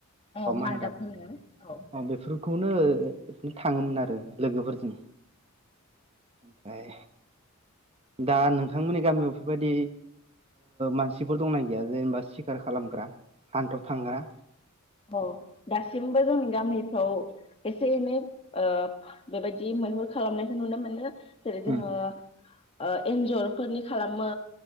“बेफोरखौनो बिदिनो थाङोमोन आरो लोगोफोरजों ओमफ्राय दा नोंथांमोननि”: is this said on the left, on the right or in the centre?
Right